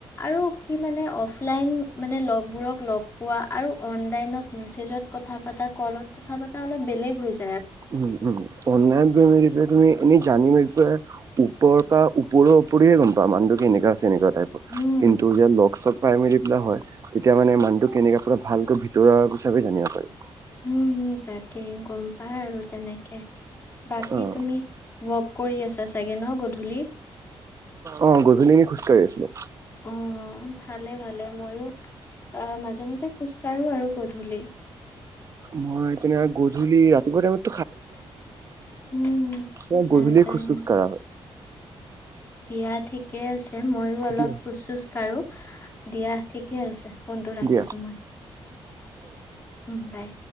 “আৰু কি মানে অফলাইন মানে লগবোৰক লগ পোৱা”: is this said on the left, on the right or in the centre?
Left